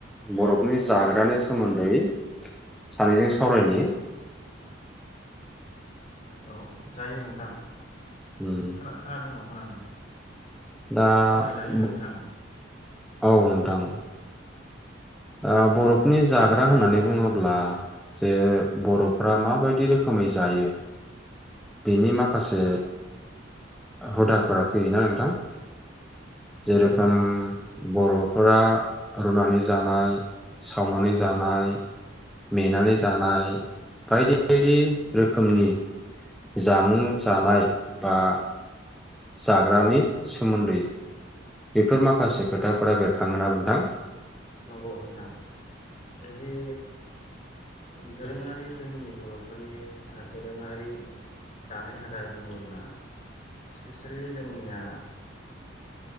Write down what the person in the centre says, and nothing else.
बर'फोरनि जाग्रानि सोमोन्दै सानैजों सावरायनि।
उम
दा <unintelligible>
औ नोंथां। ओ बरफोरनि जाग्रा होननानै बुङोब्ला जे बरफ्रा माबायदि रोखोमै जायो बेनि माखासे हुदाफोरा फैयोना नोंथां? जेरोखोम
बरफ फोरा रुनानै जानाय सावनानै जानाय मेनानै जानाय बायदि बायदि रोखोमनि जामुं जानाय बा जाग्रानि सोमोन्दै। बेफोर माखासे खोथाफोरा बेरखाङोना नोंथां?